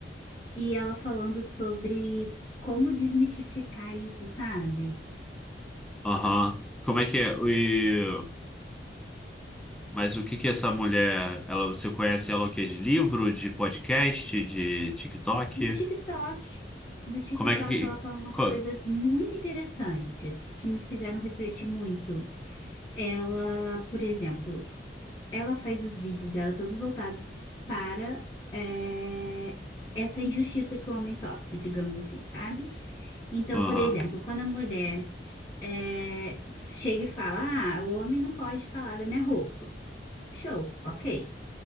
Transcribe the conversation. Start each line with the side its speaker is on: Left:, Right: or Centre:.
Left: e ela falando sobre como desmistificar isso, sabe?
Centre: Aham. Como é que é? E... Mas o que que essa mulher, ela, você conhece ela o quê? De livro, de podcast, de TikTok?
Left: Do TikTok. Do TikTok,
Centre: Como é que...
Left: ela fala umas
Centre: co-
Left: coisas muito interessantes que me fizeram refletir muito. Ela, por exemplo, ela faz os vídeos dela todos voltados para eh, essa injustiça que o homem sofre, digamos assim, sabe? Então,
Centre: Aham.
Left: por exemplo, quando a mulher é, chega e fala: Ah, o homem não pode falar da minha roupa. Show, ok.